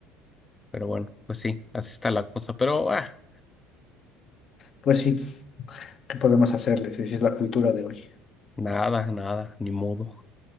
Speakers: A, on the left; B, on the left.
A: Pero bueno, pues sí, así está la cosa. Pero ah,
B: Pues sí, ¿qué podemos hacerles? Esa es la cultura de hoy.
A: nada, nada, ni modo.